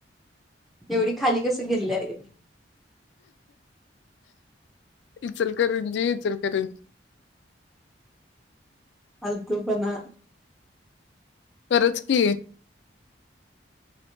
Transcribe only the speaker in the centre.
एवढी खाली कसं गेलेल्या हाय ग
फालतुपना